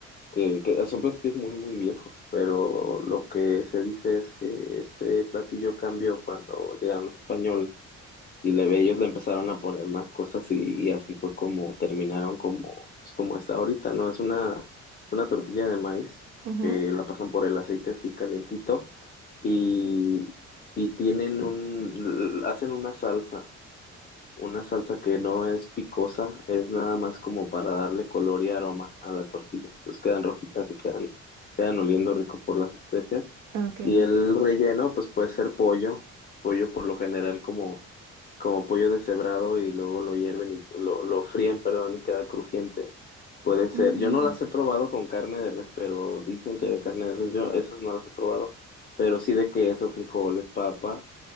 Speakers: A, on the left; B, on the right.
A: que, que son platillos muy, muy viejos, pero lo que se dice es que este platillo cambió cuando llegaron los españoles y le, ellos le empezaron a poner más cosas y, y así fue como terminaron como, pues, como está ahorita, ¿no? Es una, una tortilla de maíz
B: Ajá.
A: que la pasan por el aceite así calentito y, y tienen un, hacen una salsa una salsa que no es picosa, es nada más como para darle color y aroma a la tortilla. Entonces quedan rojitas y quedan, quedan oliendo rico por las especias.
B: Ok.
A: Y el relleno, pues puede ser pollo, pollo por lo general como, como pollo deshebrado y luego lo hierven y lo, lo fríen, perdón, y queda crujiente. Puede ser,
B: Mm,
A: yo no las he probado con carne de res, pero dicen que de carne de res, yo esas no las he probado, pero sí de queso, frijoles, papa